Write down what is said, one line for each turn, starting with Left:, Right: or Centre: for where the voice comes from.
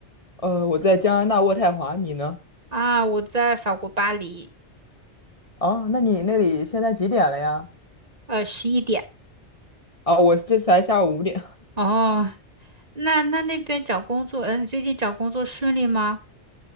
Left: 呃，我在加拿大渥太华，你呢？
Right: 啊，我在法国巴黎。
Left: 哦，那你那里现在几点了呀？
Right: 呃，十一点。
Left: 哦，我这才下午五点。
Right: 哦，那那那边找工作，嗯、你最近找工作顺利吗？